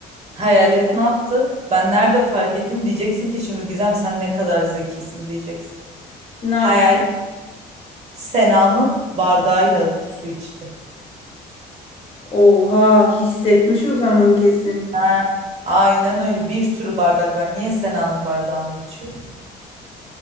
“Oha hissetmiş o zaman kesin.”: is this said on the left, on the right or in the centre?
Left